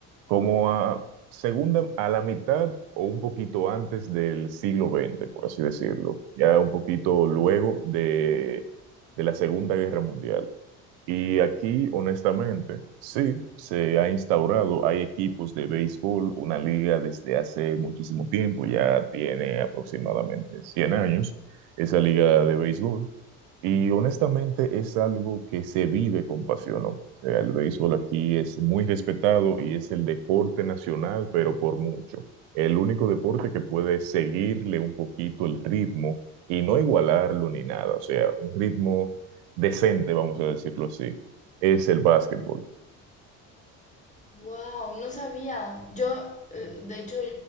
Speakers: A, on the right; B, on the left.
A: como a segunda, a la mitad o un poquito antes del siglo XX, por así decirlo, ya un poquito luego de de la Segunda Guerra Mundial. Y aquí, honestamente, sí, se ha instaurado, hay equipos de béisbol, una liga desde hace muchísimo tiempo, ya tiene aproximadamente 100 años, esa liga de béisbol. Y honestamente es algo que se vive con pasión, ¿no? O sea, el béisbol aquí es muy respetado y es el deporte nacional, pero por mucho. El único deporte que puede seguirle un poquito el ritmo y no igualarlo ni nada. O sea, un ritmo decente, vamos a decirlo así, es el básquetbol.
B: Wow, no sabía. Yo, eh, de hecho,